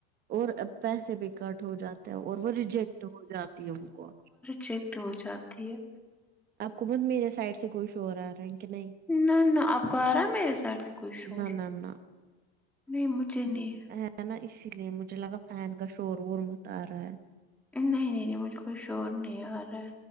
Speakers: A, on the right (about 30°); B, in the centre.
A: اور اب پیسے بھی کٹ ہو جاتے ہیں اور وہ ریجیکٹ ہو جاتی ہے ان کو
B: چیکڈ ہو جاتی ہے
A: آپ کو بت میرے سائڈ سے کچھ شور آرہا ہے کہ نہیں
B: نہ نہ آپ کو آ رہا میرے سائڈ سے کوئی شور
A: نہ نہ نہ
B: نہیں مجھے نہیں
A: ہے نا اسی لیے مجھے لگا فین کا شور وور مت آ رہا ہے
B: نہیں نہیں نہیں مجھے کوئی شور نہیں آ رہا ہے